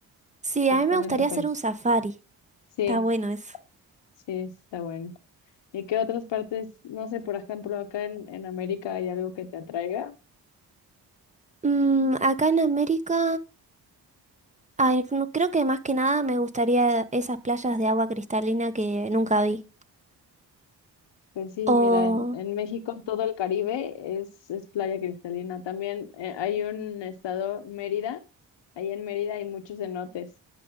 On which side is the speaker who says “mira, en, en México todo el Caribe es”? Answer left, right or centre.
Left